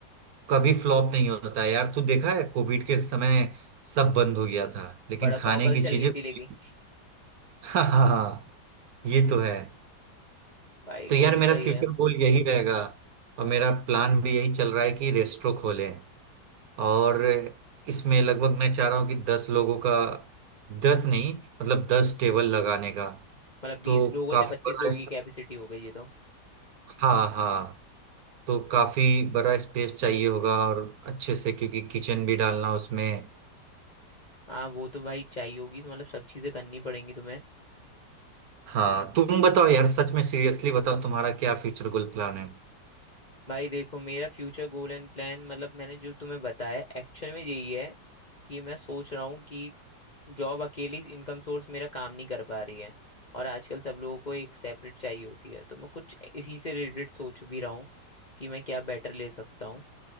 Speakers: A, on the right (about 65°); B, on the left (about 35°).
A: कभी फ्लॉप नहीं होता है यार तू देखा है कोविड के समय सब बंद हो गया था लेकिन
B: बड़ा
A: खाने
B: पाव कल
A: की
B: चल
A: चीजें
B: गई थी
A: खुली।
B: लेकिन
A: हाँ हाँ हाँ, ये तो है
B: भाई
A: तो
B: वो
A: यार
B: तो
A: मेरा
B: सही
A: फ्यूचर
B: है
A: गोल यही रहेगा और मेरा प्लान भी यही चल रहा है कि रेस्टोरेंट खोलें और इसमें लगभग मैं चाह रहा हूँ कि दस लोगों का दस नहीं मतलब दस टेबल लगाने का
B: मतलब बीस
A: तो
B: लोगों
A: काफी
B: से पच्चीस
A: बड़ा
B: लोगों
A: इस-
B: की कैपेसिटी हो गई ये तो
A: हाँ हाँ तो काफी बड़ा स्पेस चाहिए होगा और अच्छे से क्योंकि किचन भी डालना उसमें
B: हाँ वो तो भाई चाहिए होगी मतलब सब चीजें करनी पड़ेंगी तुम्हें
A: हाँ तुम बताओ यार सच में सीरियसली बताओ तुम्हारा क्या फ्यूचर गोल प्लान है
B: भाई देखो मेरा फ्यूचर गोल एंड प्लान मतलब मैंने जो तुम्हें बताया एक्चुअल में यही है कि मैं सोच रहा हूँ कि जॉब अकेली इनकम सोर्स मेरा काम नहीं कर पा रही है और आजकल सब लोगों को एक सेपरेट चाहिए होती है तो मैं कुछ इसी से रिलेटेड सोच भी रहा हूँ कि मैं क्या बेटर ले सकता हूँ